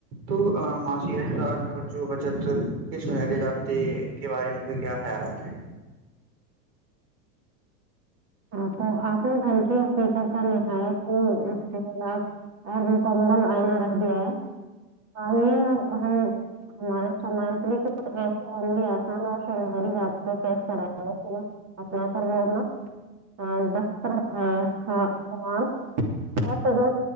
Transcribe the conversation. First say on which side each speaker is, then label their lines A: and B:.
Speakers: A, on the right (about 70°); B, on the right (about 30°).
A: تو معاشیال خرچ و بچت کس منر ضابطے کے بارے میں کے کیا خیالات ہیں
B: ہاں تو آپ نے دھنکی اقھی کر کر لایت کہ اس کےلاف اور مکدل آئنا رکھ دیا ہے توے ہم ہمارے سماج میں تو ی آسان اور شرری جات میں پیس کر اپنا گر بولنا ہ دفتر آ ہ ہ آت دو